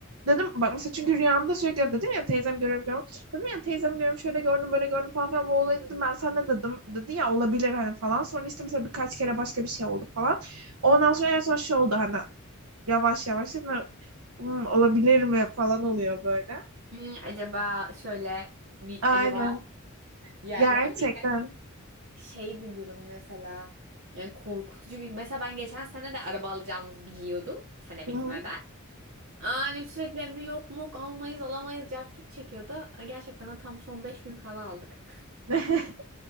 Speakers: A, on the right; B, on the right.
A: dedim bak mesela çünkü rüyamda sürekli dedim ya teyzem görüyorum görüyorum. Dedim ya teyzem görüyorum şöyle gördüm böyle gördüm falan filan bu olayı dedim ben sana ne dedim dedi ya olabilir hani falan. Sonra işte mesela birkaç kere başka bir şey oldu falan. Ondan sonra en son şey oldu hani yavaş yavaş dedim, "Hmm, olabilir mi falan oluyor böyle.
B: Hmm, acaba şöyle mi
A: Aynen
B: acaba ya
A: gerçekten.
B: diyorum ya gerçek şey bir durum mesela yani korkutucu bir mesela ben geçen sene de araba alacağımızı biliyordum sene
A: Hı
B: bitmeden.
A: hı.
B: Annem sürekli emri yok mu almayız alamayız cart curt çekiyordu. E, Gerçekten de tam son 5 gün kala aldık. <laughs>
A: <laughs>